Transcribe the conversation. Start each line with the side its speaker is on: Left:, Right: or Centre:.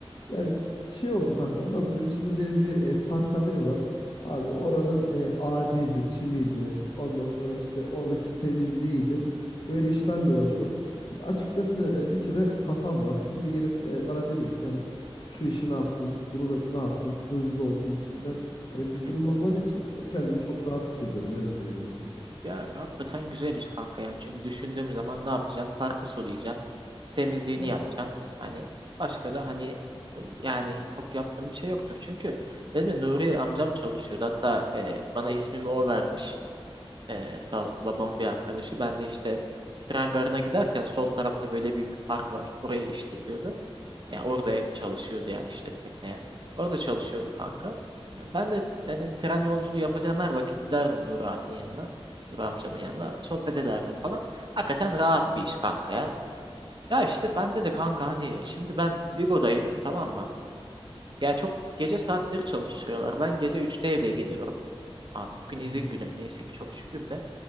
Left: Yani şey oldu kankam nasıl diyeyim şimdi beni bir e, parka veriyorlar. Abi oranın e, ağacıydı, çimiydi. Ondan sonra işte oradaki temizliğiydi. Böyle işlerle uğraşıyorum. Açıkçası e, bir kere kafam rahat. Kimse gelip e, bana demiyor ki yani şu işi ne yaptın, bunu da- ne yaptın, hızlı ol gibisinden Hani
Right: <laughs>
Left: bir durum olmadığı için kendimi çok rahat hissediyorum. Öyle söyleyeyim kankam ya.
Right: Ya hakikaten güzel iş kanka yani çünkü düşündüğüm zaman ne yapacaksın? Parkı sulayacaksın, temizliğini
Left: Tabii
Right: yapacaksın.
Left: ki.
Right: Hani başka da hani e, yani çok yaptığım bir şey yoktur. Çünkü benim de Nuri amcam çalışıyordu. Hatta e, bana ismimi o vermiş. Ee, sağ olsun babamın bir arkadaşı. Ben de işte tren garına giderken sol tarafta böyle büyük bir park var. Orayı işletiyordu. Yani orada çalışıyordu yani işletmek ne ya. Orada çalışıyordu kanka. Ben de hani tren yolculuğu yapacağım her vakit giderdim Nur abinin yanına. Nur amcamın yanına. Sohbet ederdim falan. Hakikaten rahat bir iş kanka ya. Ya işte bende de kanka hani şimdi ben Vigo'dayım tamam mı? Ya çok gece saatleri çalıştırıyorlar. Ben gece üçte evde geliyorum. Abi bugün izin
Left: Hı hı.
Right: günüm neyse ki çok şükür de.